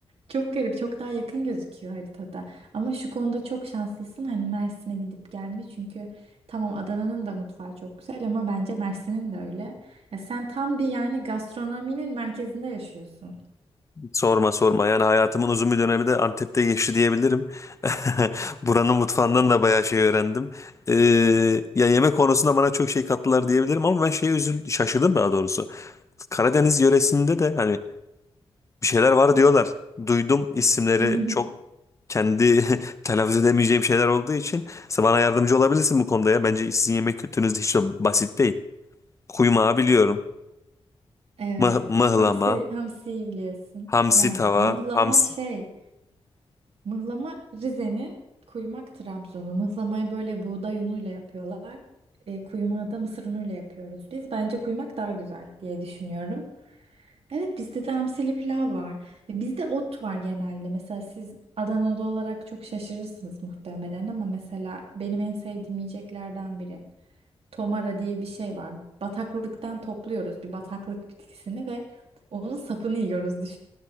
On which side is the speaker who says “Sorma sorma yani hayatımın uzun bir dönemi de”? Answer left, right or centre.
Left